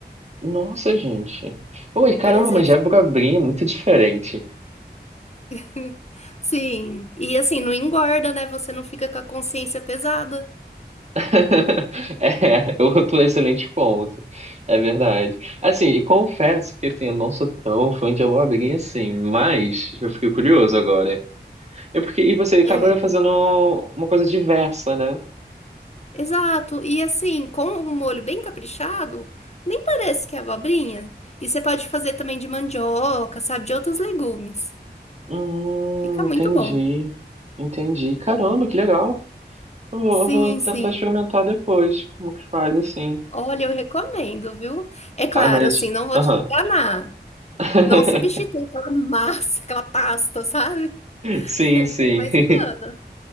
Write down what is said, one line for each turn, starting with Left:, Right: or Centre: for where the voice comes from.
Right: Nossa, gente. Oi, caramba,
Left: Por exemplo,
Right: mas Jabrabrim
Left: você-
Right: é muito diferente.
Left: <laughs> sim. E assim, não engorda, né? Você não fica com a consciência pesada.
Right: <laughs> É, outro excelente ponto. É verdade. Assim, e confesso que assim, eu não sou tão fã de Abobrinha assim, mas eu fiquei curioso agora. É porque e você acaba
Left: É,
Right: fazendo uma coisa diversa, né?
Left: Exato. E assim, com um molho bem caprichado, nem parece que é abobrinha. E você pode fazer também de mandioca, sabe, de outros legumes.
Right: Hum,
Left: Fica muito
Right: entendi.
Left: bom.
Right: Entendi. Caramba, que legal. Eu vou,
Left: Sim,
Right: eu vou tentar
Left: sim.
Right: experimentar depois como que faz assim.
Left: Olha, eu recomendo, viu? É claro,
Right: Ah, mas.
Left: assim, não vou
Right: Aham.
Left: te enganar.
Right: <laughs>
Left: Não substitui aquela <laughs> massa, aquela pasta, sabe? <laughs>
Right: Sim, sim.
Left: Mas engana.
Right: <laughs>